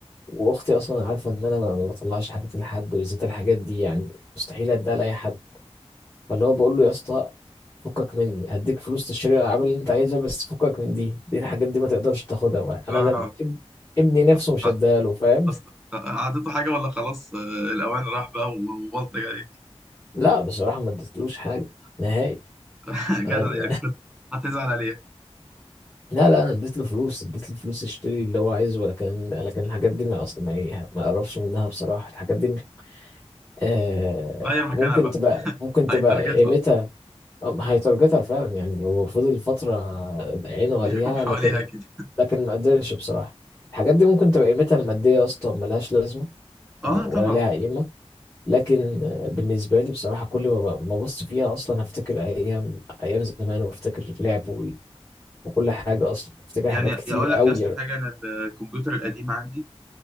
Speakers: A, on the left (about 25°); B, in the centre.
A: وأختي أصلا عارفة إن أنا ما ما بطلعش حاجات لحد بالذات الحاجات دي يعني مستحيل أديها لأي حد فاللي هو بقول له يا اسطى فكك مني هديك فلوس تشتري الألعاب اللي أنت عايزها بس فكك من دي دي الحاجات دي ما تقدرش تاخدها معايا. أنا
B: اه
A: أنا ابني نفسه
B: بس
A: مش
B: خ-
A: هديها له فاهم
B: بس خ- عطيته حاجه ولا خلاص آه، الاوان راح بقى و- وبلطج عليك
A: لا بصراحة ما اديتلوش حاجة نهائي
B: <laughs> جدع
A: أنا د...
B: يعني كنت هتزعل عليها
A: <laughs> لا لا أنا اديت له فلوس اديت له فلوس يشتري اللي هو عايزه لكن لكن الحاجات دي ما أصلا ما, ي- ما أقربش منها بصراحة الحاجات دي آه
B: غير مكانها
A: ممكن
B: بقى
A: تبقى
B: <laughs>
A: ممكن تبقى
B: هيتارجتها
A: قيمتها آه، هيترجتها فعلا يعني هو فضل فترة عينه
B: بيحوم
A: عليها
B: حواليها
A: لكن
B: كده
A: لكن ما قدرش بصراحة الحاجات دي ممكن تبقى قيمتها المادية أصلا ملهاش لازمة
B: اه
A: يعني ولا
B: طبعا
A: لها قيمة لكن آه، بالنسبة لي بصراحة كل ما ب- ما أبص فيها أصلا هفتكر أيام أيام زمان وأفتكر اللعب وال- وكل حاجة أصلا أفتكر
B: يعني
A: حاجات كتير
B: اقول لك
A: أوي
B: يا اسطى حاجه انا الكمبيوتر القديم عندي